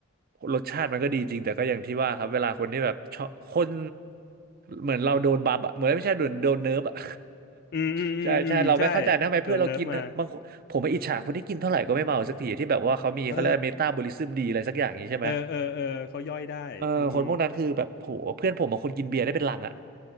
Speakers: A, on the right; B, on the left.
A: รสชาติมันก็ดีจริงแต่ก็อย่างที่ว่าครับเวลาคนที่แบบชอบคนเหมือนเราโดนบัฟอะเหมือนไม่ใช่โดนโดนเนิร์ฟอะ
B: อืมอืมอืมอืมใช่
A: <laughs> ใช่ใช่เราไม่เข้าใจนะทำไมเพื่อนเรากินบางคนผมไม่อิจฉาคนที่กินเท่าไหร่ก็ไม่เมาสักทีที่แบบว่าเขามีเขาเรียกเมตาบอลิซึมดีอะไรสักอย่างนี้ใช่ไหม
B: โดนเนิร์ฟมาเออเออเออเออเขาย่อยได้อืม
A: เออคนพวกนั้นคือแบบโหเพื่อนผมบางคนกินเบียร์ได้เป็นลังอะ